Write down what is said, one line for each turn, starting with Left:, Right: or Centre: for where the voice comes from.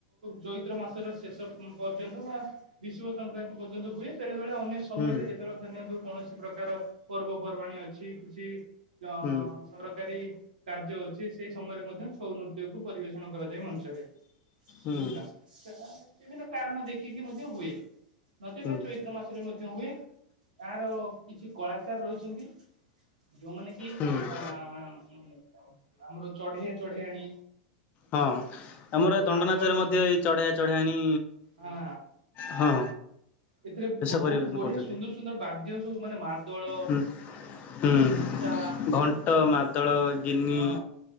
Right: ଚୈତ୍ର ମାସର ଶେଷର ପର୍ଯ୍ୟନ୍ତ ବା ବିଶୁବ ସଂକ୍ରାନ୍ତି ପର୍ଯ୍ୟନ୍ତ ହୁଏ। ବେଳେ ବେଳେ ଅନ୍ୟ ସମୟରେ
Left: ହୁଁ ହୁଁ
Right: ଯେତେବେଳେ ଧରି ନିଅନ୍ତୁ କୌଣସି ପ୍ରକାର ପର୍ବପର୍ବାଣୀ ଅଛି କିଛି ତ।
Left: ହୁଁ
Right: ସରକାରୀ କାର୍ଯ୍ୟ ଅଛି ସେଇ ସମୟରେ ମଧ୍ୟ ଛଉ ନୃତ୍ୟ କୁ ପରିବେଷଣ କରାଯାଏ ମଞ୍ଚରେ।
Left: ହୁଁ
Right: ବୁଝିଲ ବିଭିନ୍ନ କାରଣ ଦେଖିକି ମଧ୍ୟ ହୁଏ ନଚେତ
Left: ହୁଁ
Right: ଚୈତ୍ର ମାସ ମଧ୍ୟ ହୁଏ ଆର କିଛି କଳାକାର ରହିଛନ୍ତି ଯୋଉମାନେ କି
Left: ହଁ।
Right: ଅଁ ଆମର ଚଢେଇଆ ଚଢେଇଆଣି।
Left: ହଁ ଆମର ଏ ଦଣ୍ଡନାଚରେ
Right: ମାଦଳ
Left: ମଧ୍ୟ ଏଇ ଚଢେଆ ଚଢଆଣି
Right: ହଁ
Left: ହଁ।
Right: ଏଥିରେ
Left: ପରିବେଷଣ
Right: ବହୁତ ବଢିଆ
Left: କରୁଛନ୍ତି।
Right: ସୁନ୍ଦର ସୁନ୍ଦର ବାଦ୍ୟ ସବୁ ମାନେ ମାଦଳ
Left: ହୁଁ। ହୁଁ
Right: ଧୁମସା
Left: ଘଣ୍ଟ ମାଦଳ ଗିନି
Right: ହଁ।